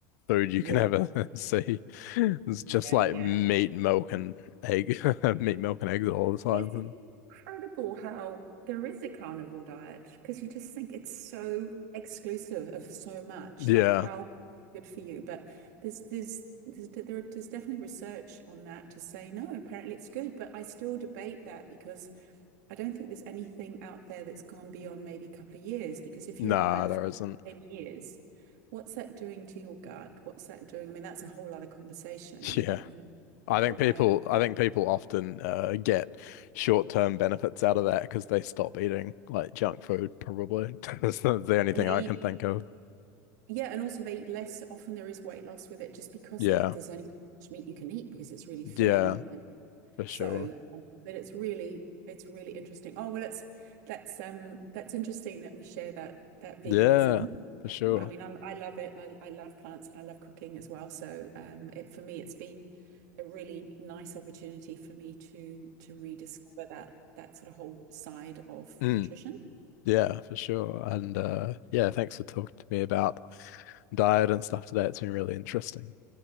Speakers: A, on the left (about 70°); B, on the right (about 75°).
A: food you
B: yeah,
A: can ever <laughs> see. It's
B: yeah,
A: just like
B: yeah.
A: meat, milk, and egg, <laughs> meat, milk, and eggs all the time.
B: It's
A: And
B: incredible how there is a carnivore diet because you just think it's so exclusive of so much
A: yeah,
B: that how good for you. But there's there's there's there, there's definitely research on that to say no, apparently it's good. But I still debate that because I don't think there's anything out there that's gone beyond maybe a couple of years because if
A: nah,
B: you're on that
A: there
B: for like
A: isn't.
B: 10 years, what's that doing to your gut? What's that doing? I mean, that's a whole other conversation
A: <laughs> Yeah.
B: with that, you know,
A: I
B: microbiome.
A: think people, I
B: But,
A: think people often uh, get short-term benefits out of that because they stop eating like junk food, probably. <laughs> That's the only
B: and
A: thing
B: they
A: I
B: eat,
A: can think of.
B: yeah, and also they eat less. Often there is weight loss with it just because
A: Yeah.
B: there's only so much meat you can eat because it's really filling.
A: Yeah,
B: And
A: for
B: so,
A: sure.
B: um, but it's really, it's really interesting. Oh, well, it's, that's, um, that's interesting that we share that, that veganism.
A: Yeah, for sure.
B: I mean, I'm, I love it. I, I love plants and I love cooking as well. So, um, it for me, it's been a really nice opportunity for me to to rediscover that that sort of whole side of
A: Mm,
B: nutrition.
A: yeah, for sure. And uh yeah, thanks for talking to me about diet and stuff today. It's been really interesting.